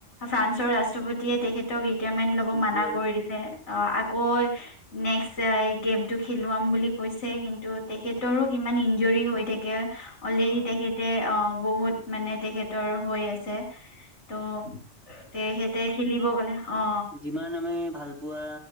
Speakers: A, on the left (about 65°); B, in the centre.
A: ফ্ৰান্সৰ ৰাষ্ট্ৰপতিয়ে তেখ ৰিটায়াৰমেন্ট লব
B: এইটোৱে
A: মানা কৰি দিছে অ আকৌ নেক্সট গেম টো খেলুৱাম বুলি কৈছে কিন্তু তেখেতৰো কিমান ইঞ্জ্যুৰি হৈ থাকে। থাকে অলৰেডি
B: অ
A: তেখেত তে অ বহুত মানে তেখেতৰ হৈ আছে ত, তে সিহতে খেলিব গলে অ।
B: ইমান আমি ভাল পোৱা